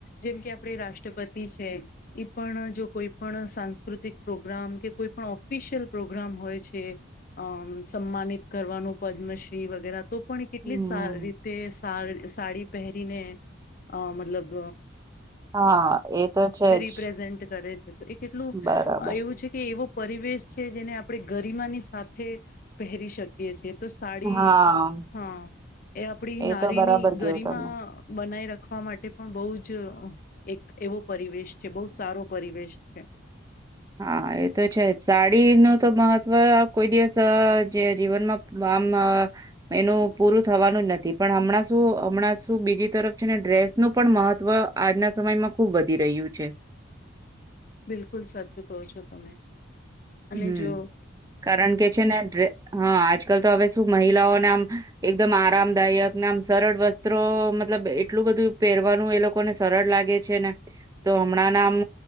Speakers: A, on the left (about 45°); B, on the right (about 15°).
A: જેમ કે આપણે રાષ્ટ્રપત છે ઈ પણ જો કોઈ પણ સાંસ્કૃતિક પ્રોગ્રામ કે કોઈ પણ ઓફિશિયલ પ્રોગ્રામ હોય છે અમ સમાનિત કરવાનું પદ્મશ્રી વગેરે તો પણ એ કેટલી
B: હમ
A: સારી રીતે સાડી પહેરીને અ મતલબ
B: હા, એ તો છે
A: રીપ્રઝેન્ટ
B: જ
A: કરે છે એ, કેટલું
B: બરાબર
A: એવું છે, કે એવો પરિવેશ છે જેને આપણે ગરિમાની સાથે પહેરી શકીએ છીએ તો સાડી
B: હા
A: હા, એ આપડી નારીની
B: તો બરાબર કયો
A: ગરીમાં
B: તમે
A: બનાઈ રાખ ખવા માટે પણ બહુ જ, એક એવો પરિવેશ છે બહુ સારો પરિવેશ છે <inaudible>
B: હા, એ તો છે જ સાડીનું તો મહત્વ કોઈ દિવસ જે જીવનમાં આમ એનું પૂરું થવાનું જ નથી પણ હમણાં શુ હમણાં શું બીજી તરફ છે ને ડ્રેસનું પણ મહત્વ આજના સમયમાં ખુબ વધી રહ્યું છે
A: બિલકુલ સાચું કહો છો તમે અને
B: હમ,
A: જો
B: કારણ કે છે ને હા, આજકાલ તો હવે શું મહિલાઓને આમ એકદમ આરામદાયકને આમ સરળ વસ્ત્રો મતલબ એટલું બધું પહેરવાનું એ લોકોને સરળ લાગે છે ને તો હમણાં ના આમ